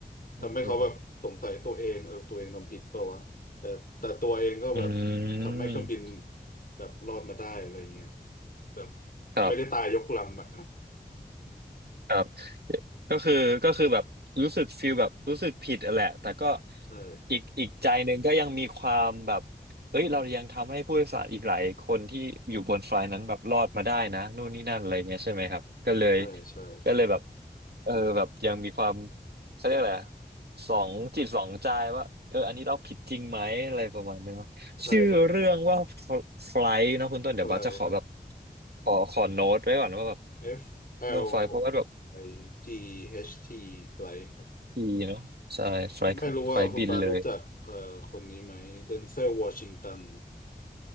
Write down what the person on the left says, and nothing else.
ทำให้เขาแบบสงสัยตัวเองเออตัวเองทำผิดเปล่าวะแต่แต่ตัวเองก็แบบ
ทำให้เครื่องบิน
แบบรอดมาได้อะไรเงี้ยแบบ
ไม่ได้ตายยกลำอะอ่ะ
ใช่
ใช่ใช่ครับ
ใช่เลย
อะไรครับ
F L
I G H T flight ครับ
ไม่รู้ว่าคุณบาสรู้จักเอ่อคนนี้ไหมเดนเซลวอชิงตัน